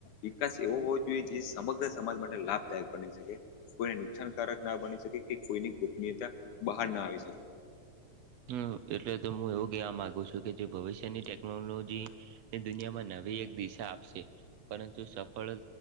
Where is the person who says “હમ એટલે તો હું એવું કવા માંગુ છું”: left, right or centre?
Right